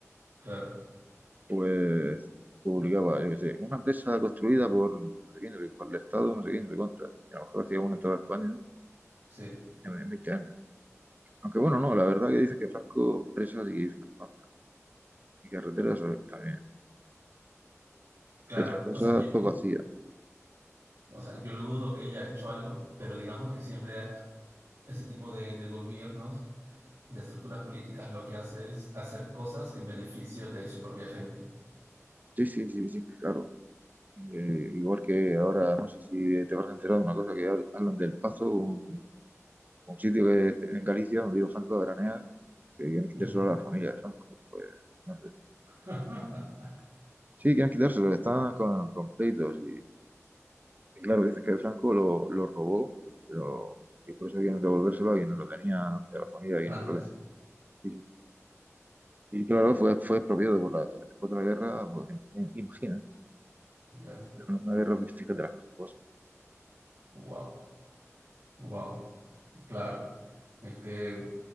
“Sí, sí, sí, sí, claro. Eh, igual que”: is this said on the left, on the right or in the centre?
Right